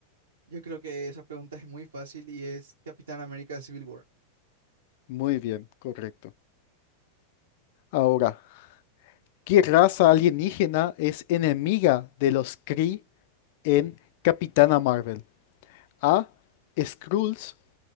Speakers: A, on the right (about 70°); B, on the left (about 50°).
A: Yo creo que esa pregunta es muy fácil y es Capitán América Civil War.
B: Muy bien, correcto. Ahora, ¿qué raza alienígena es enemiga de los Kree en Capitana Marvel? A. Skrulls.